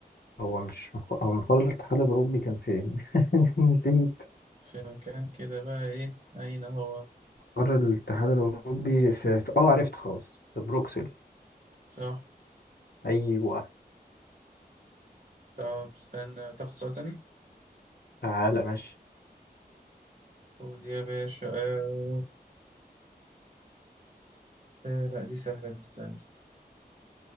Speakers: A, on the left; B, on the right.
A: هو مش مق- هو قرار الاتحاد الاوروبي كان فين <laughs> نسيت
B: في مكان كده بقى إيه أين هو
A: قرار الاتحاد الاوروبي في, في اه عرفت خلاص في بروكسل
B: صح
A: ايوه
B: طب استنى تاخد سؤال تاني
A: تعالى ماشي
B: خد يا باشا آه آه لا دي سهلة دي استنى